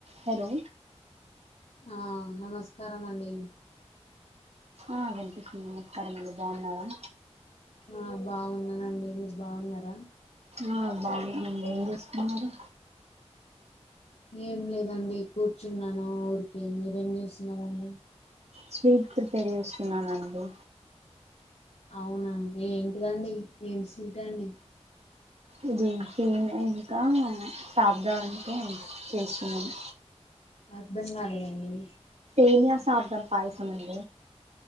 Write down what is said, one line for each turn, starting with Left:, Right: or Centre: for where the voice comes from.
Right: Hello
Left: ఆ నమస్కారమండి
Right: ఆ వినిపిస్తుంది మి అక్కరన్నోళ్లు బావున్నారా
Left: ఆ బావున్నానండి. మీరు బావున్నారా?
Right: ఆ బావున్నానండి ఏం చేసుకున్నారు?
Left: ఏం లేదండి కూర్చున్నాను ఊరికే మీరేం చేస్తున్నారండి?
Right: స్వీట్ ప్రిపేర్ చేస్తున్నానండి.
Left: అవునా ఏంటిదండి ఏం స్వీట్ అండి?
Right: ఇది ఇన్ ఇంకా సాబ్దనికి చేస్తున్నాను
Left: అర్ధంగాలేదండి
Right: విన్యాసం అర్థం పయసముండ